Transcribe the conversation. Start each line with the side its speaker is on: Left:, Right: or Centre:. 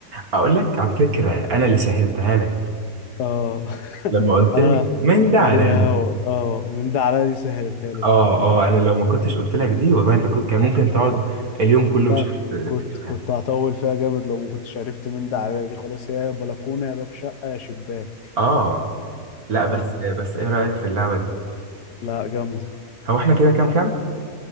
Right: اقول لك على فكره انا اللي سهلتها لك
Left: اه <laughs>
Right: لما قلت
Left: انا
Right: لك من ده على
Left: بيهو
Right: ده
Left: اه من ده على دي سهلتها لي
Right: اه
Left: فعلا
Right: اه انا لو ما كنتش قلت لك دي والله انت كنت كان ممكن تقعد اليوم كله
Left: لا
Right: مش
Left: مم.
Right: عارف
Left: كنت
Right: تجيبها
Left: كنت هطول فيها جامد لو ما كنتش عرفت من ده على دي خلاص يا بلكونه يا باب شقه يا شباك
Right: اه لا
Left: اه
Right: بس بس ايه رأيك في اللعبة دي
Left: لا جامده
Right: هو احنا كده كام كام